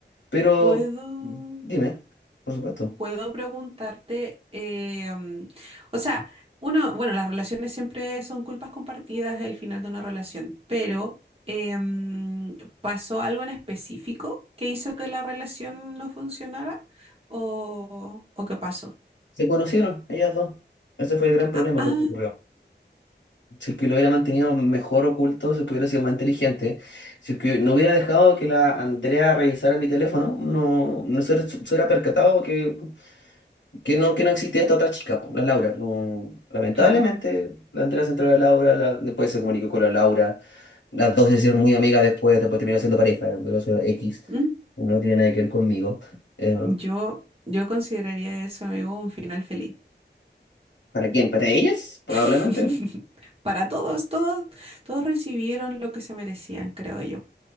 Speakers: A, on the left; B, on the right.
A: Pero
B: ¿Puedo?
A: dime, por supuesto,
B: puedo preguntarte, eh, mm, o sea, uno, bueno, las relaciones siempre son culpas compartidas el final de una relación, pero eh, mm, ¿pasó algo en específico que hizo que la relación no funcionara o, o qué pasó?
A: se conocieron ellas dos. Ese fue el gran problema
B: Ah, ah,
A: que ocurrió. Si es que lo hubiera mantenido mejor oculto, si es que hubiera sido más inteligente, si es que no hubiera dejado que la Andrea revisara mi teléfono, no, no se, hubiera se hubiera percatado que, que, no, que no existía esta otra chica, po, la Laura. No, lamentablemente,
B: claro.
A: la Andrea se enteró de la Laura, la- después se comunicó con la Laura, las dos se hicieron muy amigas después, después terminaron siendo pareja, eh, pero eso era X,
B: Mm,
A: no tiene nada que ver conmigo. Eh,
B: Yo, yo consideraría eso, amigo, un final feliz.
A: ¿para quién? ¿Para ellas? Probablemente.
B: <laughs> Para todos, todos, todos recibieron lo que se merecían, creo yo.